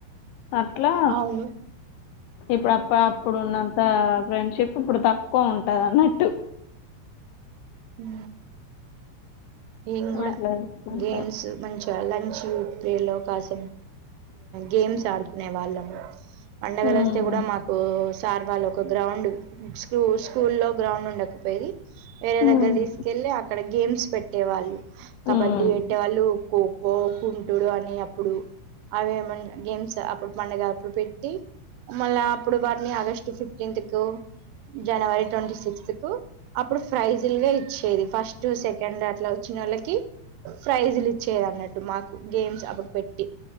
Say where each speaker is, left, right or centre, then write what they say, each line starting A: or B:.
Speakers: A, on the left (about 80°); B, on the right (about 80°).
A: అట్లా
B: అవును
A: ఇప్పుడు అ అప్పుడు ఉన్నంత ఫ్రెండ్షిప్ ఇప్పుడు తక్కువ ఉం ఉంటాది అన్నట్టు
B: ఉ ఏం కూడా
A: అట్లా చేసుకుంటారు
B: గేమ్స్ మంచి లంచ్ పిరిడ్ లో కాస గేమ్స్ ఆడుకునే వాళ్ళము పండగలు
A: ఉమ్
B: వస్తే కూడా మాకు సార్ వాళ్లు ఒక గ్రౌండ్ స్కూ స్కూల్లో గ్రౌండ్ ఉండకపోయిది వేరే
A: ఉమ్
B: దగ్గర తీసుకెళ్లి అక్కడ గేమ్స్ పెట్ పెట్టే వాళ్ళు కబడ్డీ
A: ఉమ్
B: పెట్టే వాళ్ళు కోకో పోకుంటుడు అనే అప్పుడు అవి ఏమన్నా గేమ్స్ అప్పుడు పండగ అప్పుడు పెట్టి మళ్ళా అప్పుడు వారిని ఆగస్టు ఫిఫ్టీన్త్ కో జనవరి ట్వంటీ సిక్స్త్ కు అప్పుడు ప్రైజుల్గా ఇచ్చేది ఫస్ట్ సెకండ్ అట్లా వచ్చినోళ్ళకి ప్రైజ్లు ఇచ్చేరు అన్నట్టు మాకు గేమ్స్ అప్పుడు పెట్టి